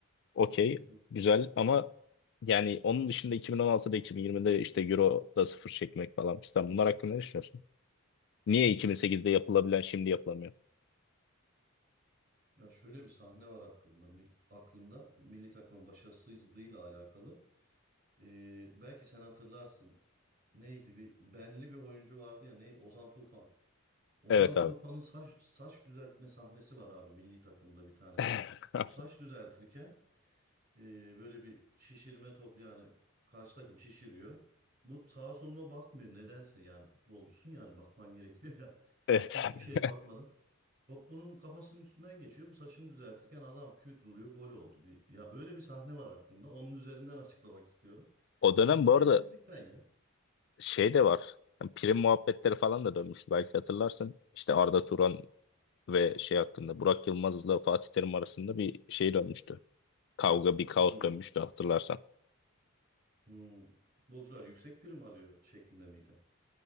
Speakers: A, on the left; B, on the right.
A: okey
B: Hı hı.
A: güzel ama yani onun dışında 2016'da 2020'de işte Euro'da sıfır çekmek falan fistan bunlar hakkında ne düşünüyorsun? Niye 2008'de yapılabilen şimdi yapılamıyor?
B: ya şöyle bir sahne var aklımda. Mil- aklımda milli takımın başarısızlığıyla alakalı. Ee, belki sen hatırlarsın. Neydi bir benli bir oyuncu vardı ya neydi? Ozan Tufan. Ozan
A: Evet abi.
B: Tufan'ın saç saç düzeltme sahnesi var abi milli takımda bir tane.
A: <laughs>
B: Bu saç düzeltirken e, böyle bir şişirme top yani karşı takım şişiriyor. Bu sağa soluna bakmıyor nedense yani futbolcusun yani bakman gerekiyor ya. <laughs>
A: Evet
B: Hiçbir
A: abi.
B: şeye bakmadan top bunun kafasının üstünden geçiyor. Bu saçını düzeltirken adam küt vuruyor gol oldu bir. Ya öyle bir sahne var aklımda. Onun üzerinden açıklamak istiyorum.
A: <laughs> O dönem
B: Ciddiyetsizlikten
A: bu arada
B: ya.
A: şey de var. Yani prim muhabbetleri falan da dönmüştü belki hatırlarsın. İşte Arda Turan ve şey hakkında Burak Yılmaz'la Fatih Terim arasında bir şey dönmüştü. kavga bir kaos
B: Hmm,
A: dönmüştü hatırlarsan.
B: hmm. Futbolcular yüksek prim alıyor şeklinde miydi?